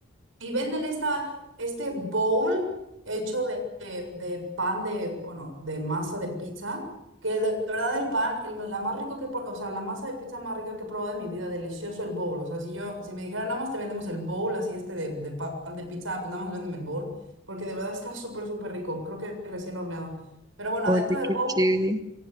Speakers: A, on the right; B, on the right.
A: y venden esta, este bowl hecho de, de- de pan de, bueno, de masa de pizza, que de verdad el pan, el- la más rico que, he pro- o sea, la masa de pizza más rica que he probado de mi vida, delicioso el bowl, o sea, si yo, si me dijeran nada más te vendemos el bowl, así este de, de pan de pizza, pues nada más véndeme el bowl, porque de verdad está súper, súper rico, creo que recién horneado. Pero bueno,
B: Oye,
A: adentro del
B: qué
A: bowl...
B: chévere.